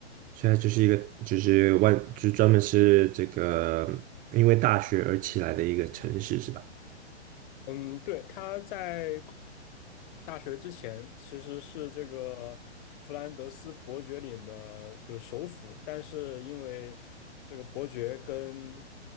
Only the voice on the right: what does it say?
现在就是一个就是万就是专门是这个因为大学而起来的一个城市是吧？